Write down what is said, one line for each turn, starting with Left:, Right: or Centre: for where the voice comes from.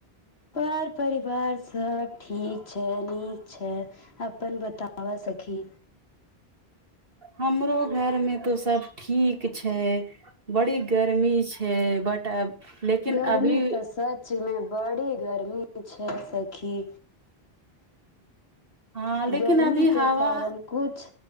Left: पर परिवार सब ठीक छै नीक छै अपन बताबऽ सखी
Right: हमरो घरमे तऽ सब ठीक छै बड़ी गर्मी छै बड अब लेकिन
Left: गर्मी
Right: अभी
Left: तस सच मे बड़ी गर्मी छै सखी
Right: हँ लेकिन
Left: गर्मीके
Right: अभी हवा
Left: कारण कुछ